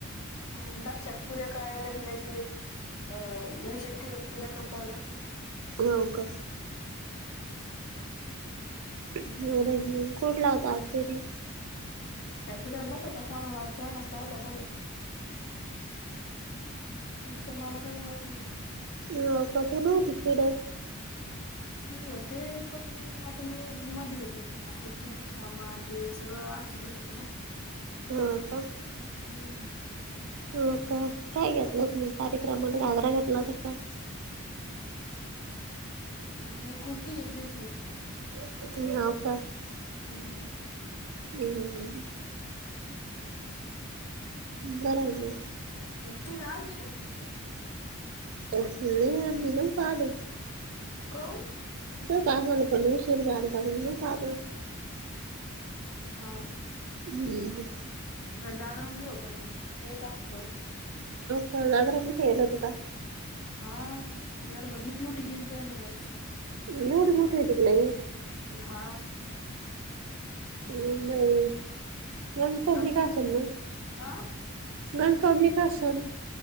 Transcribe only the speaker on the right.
हो का अरे कुठला होतचरी
ह काथ ना होती तड
हा ह
का काय घेतलं त मग कार्यक्रमाला घगरा घेतला न का
ह ह प
हम्म बरोबर
ह मन पालं
कायमला पण उशीर काता म्हणून पा
हम्म
कागराठ ये ना तु का
नोड मोठ वेटिकलंय
हम नन पब्लिक
असन ना
गन पब्लिक असन